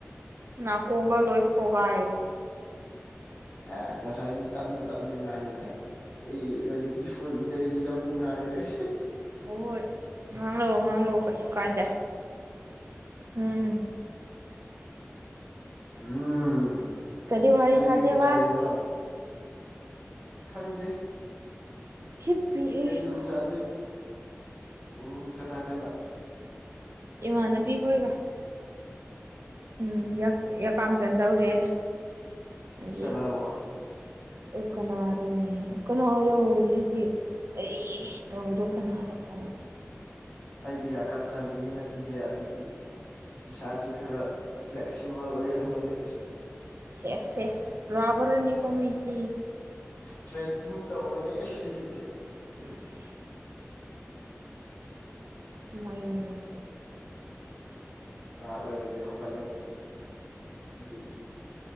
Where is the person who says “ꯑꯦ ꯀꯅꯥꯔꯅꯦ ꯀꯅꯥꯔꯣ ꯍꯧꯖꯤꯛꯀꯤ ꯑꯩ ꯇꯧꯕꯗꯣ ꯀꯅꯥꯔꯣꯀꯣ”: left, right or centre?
Right